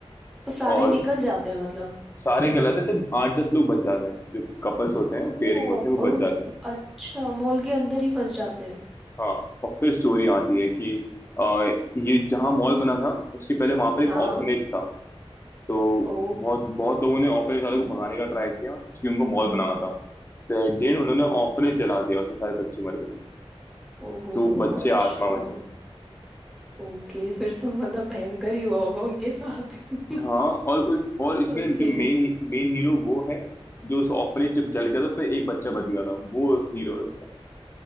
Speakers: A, in the centre; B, on the left (about 20°).
A: वो सारे
B: और
A: निकल जाते हैं मतलब
B: सारे निकल जाते हैं सिर्फ आठ दस लोग बच जाते हैं जो कपल्स होते हैं
A: ओ
B: पेयरिंग होते हैं वो
A: और
B: बच
A: हम
B: जाते हैं
A: अच्छा मॉल के अंदर ही फंस जाते हैं
B: हाँ और फिर स्टोरी आती
A: ओ,
B: है कि अ, ये जहाँ मॉल बना था उसके पहले वहां पर एक
A: हाँ हाँ
B: ऑर्फनेज था तो
A: ओ
B: बहुत बहुत लोगों ने ऑर्फनेज वालों को भगाने का ट्राई किया क्योंकि उनको मॉल बनाना था तो एट उन्होंने
A: ओ
B: ऑर्फनेज जला दिया उसमें सारे बच्चे मर गए
A: ओ हो
B: तो
A: हो
B: बच्चे
A: अच्छा
B: आत्मा बन गए
A: ओके फिर तो मतलब भयंकर ही हुआ होगा उनके साथ <laughs>
B: हाँ और और इसमें
A: ओके
B: जो मेन मेन हीरो वो है जो उस ऑर्फनेज जब जल गया था उसमें एक बच्चा बच गया था वो हीरो है उसका